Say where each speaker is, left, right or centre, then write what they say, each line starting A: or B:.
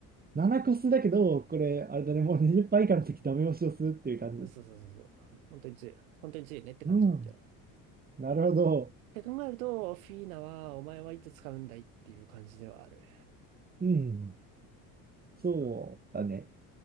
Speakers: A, on the right; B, on the right.
A: 7個数だけど、これ、あれだね、もう20%以下の時ダメ押しをするっていう感じ。
B: そうそうそうそう。本当に強い。本当に強いねって感じのキャラ。
A: うん。
B: っ
A: なるほど。
B: て考えると、フィーナは、お前はいつ使うんだいっていう感じではある。
A: うん。そうだね。
B: な。